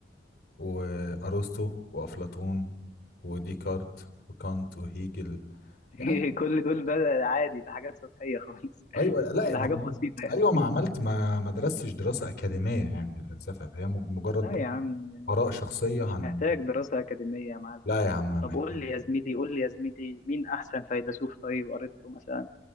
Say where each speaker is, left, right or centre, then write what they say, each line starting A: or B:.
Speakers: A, on the left; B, on the left.
A: وأرسطو وأفلاطون وديكارت وكانت وهيجل
B: <laughs>
A: يعني
B: كل دول بقى عادي ده حاجات سطحية خالص <laughs>
A: أيوة لا
B: ده
A: ما
B: حاجات بسيطة
A: هو
B: يعني
A: أيوة ما عملت
B: <laughs>
A: ما ما درستش دراسة أكاديمية يعني في الفلسفة فهي مج- مجرد
B: لا
A: برضه
B: يا عم
A: آراء شخصية
B: مش
A: عن
B: محتاج دراسة أكاديمية يا معلم
A: لا يا عم
B: طب
A: محتاج
B: قول لي يا زميلي قول لي يا زميلي مين أحسن فيلسوف طيب قريت له مثلا